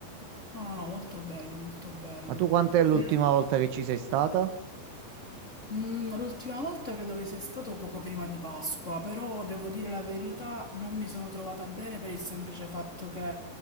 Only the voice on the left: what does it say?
No, no, no, molto bello, molto bello.
Poi
di-
Mm, l'ultima volta credo che sia stato poco prima di Pasqua, però devo dire la verità, non mi sono trovata bene per il semplice fatto che